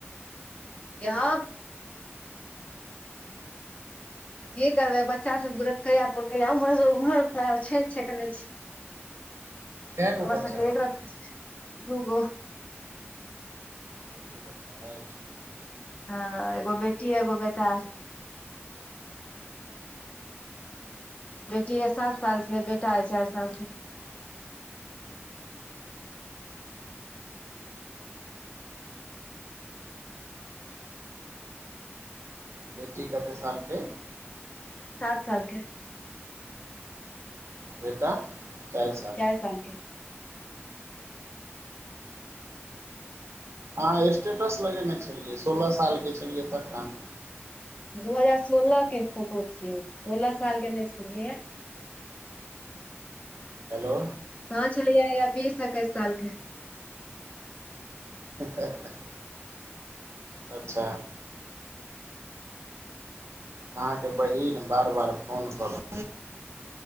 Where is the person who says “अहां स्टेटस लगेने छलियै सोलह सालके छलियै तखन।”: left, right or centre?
Right